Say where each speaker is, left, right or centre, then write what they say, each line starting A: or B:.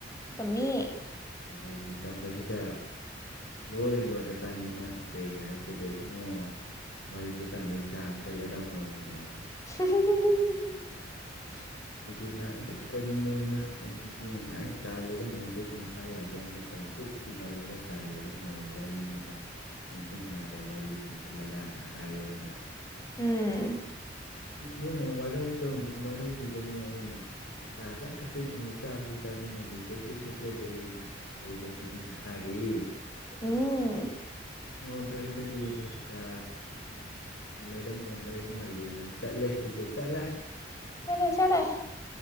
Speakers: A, on the left (about 15°); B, on the left (about 70°).
A: ꯇꯃꯦ
B: ꯋꯥꯔꯤꯁꯤ ꯇꯝꯕꯁꯤꯗ ꯂꯣꯏ ꯂꯣꯏꯔꯀꯥꯟꯁꯤꯗꯤ ꯃꯥꯅ ꯀꯩ ꯍꯥꯏꯔꯛꯀꯦꯗ ꯏꯕꯨꯡꯉꯣ ꯋꯥꯔꯤꯁꯦ ꯇꯝꯕꯩ ꯆꯥ ꯑꯝꯇ ꯂꯩꯔꯝꯃꯣ ꯁꯤꯅꯦꯕ
A: <unintelligible>
B: ꯑ ꯃꯥ ꯑꯦ ꯀꯔꯤꯅꯣꯅ ꯑꯗꯨꯗꯤ ꯉꯁꯥꯏ ꯆꯥ ꯂꯩꯔꯝꯃꯣꯁꯨ ꯑꯗꯨꯝ ꯍꯥꯏ ꯌꯥꯗꯕ ꯃꯇꯝ ꯑꯁꯨꯛ ꯇꯤꯡꯍꯜꯂꯒ ꯆꯥ ꯂꯩꯔꯝꯃꯣꯌꯦ ꯋꯥꯔꯤꯅꯤꯅ ꯅꯨꯡꯁꯨ ꯅꯨꯡꯉꯥꯏꯇꯕ ꯋꯥꯔꯤ ꯑꯃ ꯏꯁꯜꯂꯒꯅ ꯍꯥꯏꯔꯦ ꯑꯩꯅ
A: ꯎꯝ
B: ꯌꯨꯝꯗꯣꯡꯉ ꯋꯥꯔꯧ ꯋꯥꯔꯧꯕꯤꯒꯅꯨ ꯑꯩ ꯆꯥꯥꯁꯦ ꯌꯥꯝ ꯊꯛꯆꯅꯤꯡꯉꯕ ꯆꯥꯛꯁꯨ ꯆꯥꯅꯤꯡꯉꯥꯢ ꯂꯩꯖꯗ꯭ꯔꯤ <unintelligible> ꯐ꯭ꯔꯦꯅ ꯇꯧꯕꯅꯤꯅ ꯍꯥꯏꯔꯦ
A: ꯎꯝ
B: ꯑꯣ ꯐꯔꯦ ꯐꯔ ꯅꯨꯡꯆꯥ ꯂꯩꯔꯝꯃ ꯂꯩꯔꯝꯃꯒꯦꯅ ꯆꯠꯂꯦ ꯆꯠꯂꯦ
A: ꯆꯠꯂꯦ ꯆꯠꯂꯦ